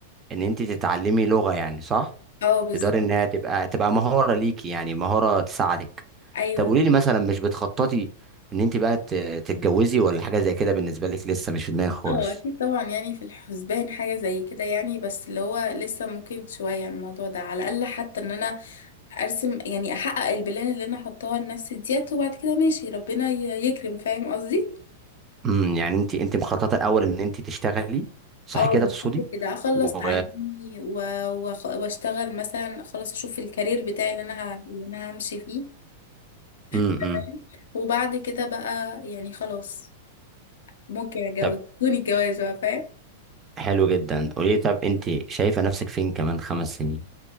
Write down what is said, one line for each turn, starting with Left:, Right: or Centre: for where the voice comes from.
Right: ان انت تتعلمي لغه يعني صح
Left: اه بالظبط
Right: تقدري انها تبقى تبقى مهاره ليكي يعني مهاره تساعدك
Left: ايوه
Right: طب قولي
Left: دي
Right: لي مثلا مش بتخططي ان انت بقى ت- تتجوزي ولا حاجه زي كده بالنسبه لك لسه مش في دماغك خالص
Left: اه اكيد طبعا يعني في الحسبان حاجه زي كده يعني بس اللي هو لسه ممكن شويه الموضوع ده على الاقل حتى ان انا ارسم يعني احقق البلان اللي انا حطاها لنفسي ديت وبعد كده ماشي ربنا ي- يكرم فاهم قصدي
Right: امم يعني انت انت مخططه الاول ان انت تشتغلي صح
Left: اه
Right: كده
Left: بالظبط
Right: تقصدي
Left: كده اخلص
Right: و
Left: تعليمي و- وأخ- واشتغل مثلا اخلص اشوف الكارير بتاعي اللي انا ه... اللي انا همشي فيه
Right: امم
Left: فاهم
Right: امم.
Left: وبعد كده بقى يعني خلاص ممكن اتجوز
Right: طب
Left: <laughs> دون الجواز بقى فاهم
Right: حلو جدا قولي لي طب انت شايفه نفسك فين كمان خمس سنين